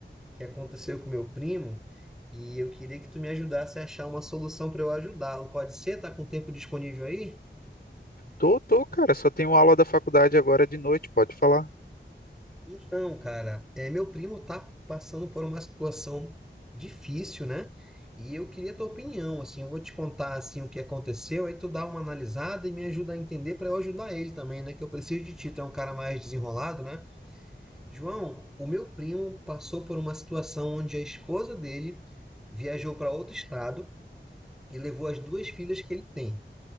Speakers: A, in the centre; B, on the left.
A: que aconteceu com meu primo e eu queria que tu me ajudasse a achar uma solução para eu ajudá-lo. Pode ser? Tá com tempo disponível aí?
B: Tô, tô, cara, só tenho aula da faculdade agora de noite, pode falar.
A: Então, cara, é, meu primo tá passando por uma situação difícil, né? E eu queria tua opinião, assim, eu vou te contar assim o que aconteceu, aí tu dá uma analisada e me ajuda a entender para eu ajudar ele também, né? Que eu preciso de ti, tu é um cara mais desenrolado, né? João, o meu primo passou por uma situação onde a esposa dele viajou para outro estado e levou as duas filhas que ele tem.